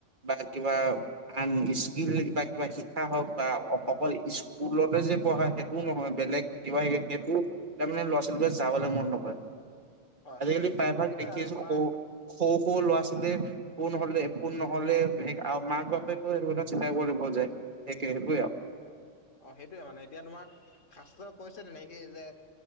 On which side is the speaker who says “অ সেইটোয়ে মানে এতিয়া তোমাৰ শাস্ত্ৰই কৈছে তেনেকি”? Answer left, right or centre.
Left